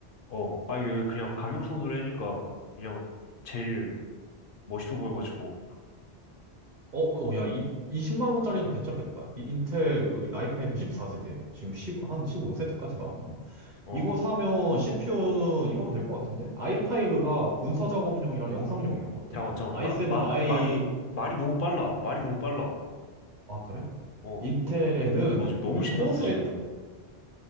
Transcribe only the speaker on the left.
어, 아 이거 그냥 가격선으로 하니까 그냥 제일 멋있어 보여가지고.
어,
잠깐 잠깐
마, 마,
말이 말이 너무 빨라. 말이 너무 빨라.
어.
너 지금 너무
신났어,
지금.